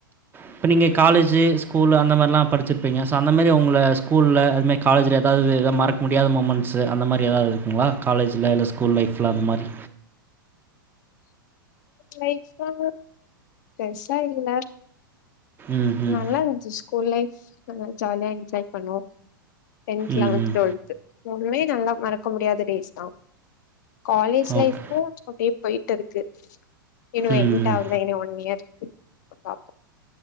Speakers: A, on the right; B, on the left.
A: இப்ப நீங்க காலேஜு ஸ்கூலு அந்த மாரிலா படிச்சுருப்பீங்க சோ அந்த மாரி உங்கள ஸ்கூல்ல அது மாரி காலேஜுல எதாவது எதாது மறக்க முடியாத மூமெண்ட்ஸு அந்த மாரி எதாவது இருக்குங்களா காலேஜுல இல்ல ஸ்கூல் லைஃப்ல அந்த மாரி
B: லைப்லா பெருசா இல்ல
A: ம் ம்
B: நல்லா இருந்துச்சு ஸ்கூல் லைஃப் ஆ ஜாலியா என்ஜாய் பண்ணோ டென்த்
A: ம்
B: லெவன்த்
A: ம்
B: டு்வெல்த் மூணுமே நல்லா மறக்க முடியாத டேஸ்தா காலேஜ் லைஃப்
A: ஓகே
B: அப்டி போயிட்டு இருக்கு இன்னு
A: ம்
B: என்ட்
A: ம்
B: ஆகுல இன்னு ஒன் இயர் பாப்போ